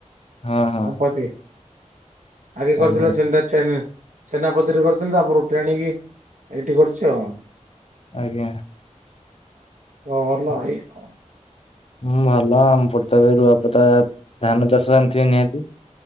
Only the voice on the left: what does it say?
ହଁ ହଁ
ଆଜ୍ଞା
ଆଜ୍ଞା!।
ହଁ ଭଲ ଆମ ପଟେ ତ ଏବେ ରୁଆପତା ଧାନ ଚାଷ ଜାଣିଥିବେ ନିହାତି।